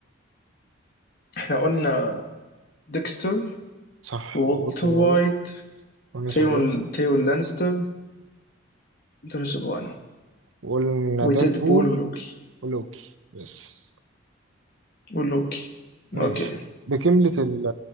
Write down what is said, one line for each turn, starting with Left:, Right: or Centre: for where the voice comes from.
Left: احنا قلنا ديكستر
Right: صح،
Left: وولتر
Right: وولتر
Left: وايت
Right: وايت، رامي
Left: تيون
Right: سوبرانو
Left: تيون لانستر دون سوبرانو
Right: وقلنا
Left: وديد
Right: بول
Left: بول ولوكي
Right: ولوكي يس
Left: ولوكي
Right: ماشي
Left: اوكي
Right: بكملة السوبر